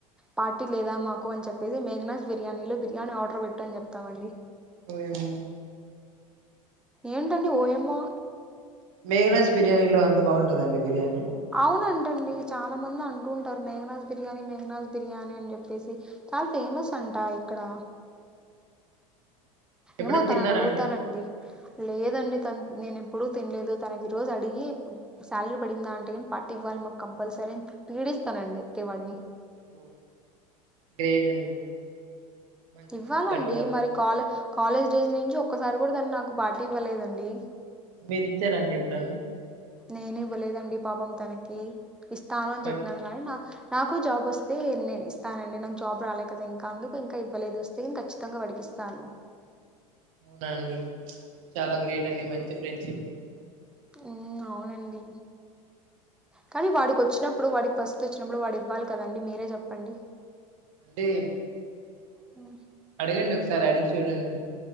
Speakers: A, in the centre; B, on the right (about 65°).
A: పార్టీ లేదా మాకు అని చెప్పేసి మేగనాస్ బిర్యానీలో బిర్యానీ ఆర్డర్ పెట్టు అని చెప్తామండి
B: ఏం
A: ఏంటండీ ఓయమో
B: మేగనాస్ బిర్యానీలో అంతా బాగుంటుందండి బిర్యానీ
A: అవునంటండి చాలా మంది అంటుంటారు మేఘనాస్ బిర్యానీ మేఘనాస్ బిర్యానీ అని చెప్పేసి చాల ఫేమస్ అంట ఇక్కడ
B: ఎప్పుడైనా
A: ఎమో తనని
B: తిన్నారా
A: అడుగుతానండి
B: అండి
A: లేదండి తను నేను ఎప్పుడు తినలేదు తనని ఈ రోజు అడిగి సాలరీ పడిందా అంటే పార్టీ ఇవ్వాలి మాకు కంపల్సరీ పీడి ఇస్తానండీకే వాడిని
B: ఓ గ్రేట్ అండి మంచి
A: ఇవ్వాలండి
B: మంచి కట్టుబాటు
A: మరి కాలేజ్ కాలేజీ డేస్ నుంచి ఒక్కసారి కూడా తాను నాకు పార్టీ ఇవ్వలేదండి
B: మీరు ఇచ్చారండి ఎప్పుడన్న
A: నేను ఇవ్వలేదండి పాపం తనకి ఇస్తాను అని
B: మరి
A: చెప్పినను కాగానీ నా నాకు జాబ్ వస్తే నేను ఇస్తానండి నాకు జాబ్ రాలే కదా ఇంకా అందుకు ఇంకా ఇవ్వలేదు వస్తే నేను ఖచ్చితంగా వడికిస్తాను స్తాను
B: అవునా అండి చాలా గ్రేట్ అండి మంచి ఫ్రెండ్షిప్
A: ఉ అవునండి కానీ వాడికి వచ్చినప్పుడు వాడికి ఫస్ట్ వచ్చినప్పుడు వాడు ఇవ్వాలి కదండి మీరే చెప్పండి
B: అంటే
A: అ
B: అడగండి ఒకసారి అడిగి చూడండి